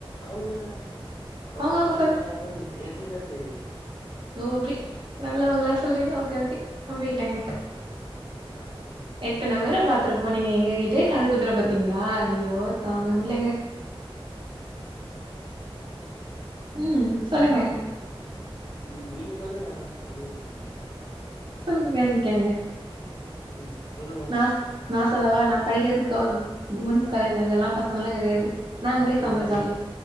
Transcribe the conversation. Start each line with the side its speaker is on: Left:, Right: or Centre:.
Left: அவுக அவுங்க
Right: அவங்க
Left: எப்டி
Right: அவங்க
Left: நப்பாங்க
Right: சொல்லு
Left: எங்களுக்கு எங்களுக்குதா தெரியும்
Right: ஓ அப்டி நல்லவங்களா சொல்றீங்க ஓகே ஓகே நம்பிக்கிட்டேங்க
Left: ம் ஆ
Right: எத்தன பேரை பாத்துட்டு போன நீங்க எங்ககிட்ட காது குத்துற பாத்தீங்களா அய்யோ தாங்க
Left: யாரு
Right: முலங்க ம் சொல்லுங்க
Left: ம் நீங்க சொல்லுங்க உங்கள பத்தி
Right: சொல்லுங்க இங்கங்க
Left: ம் சொல்லுங்க
Right: நா நா சொல்லவா நா படிக்கிறதுக்கு
Left: ஆ
Right: கவெ உமன்ஸ் காலேஜ்
Left: ஆ
Right: அங்க எல்லா பசங்க எல்லா கெடையாது நா ங்களே
Left: பசங்களே
Right: செம்ம ஜாலி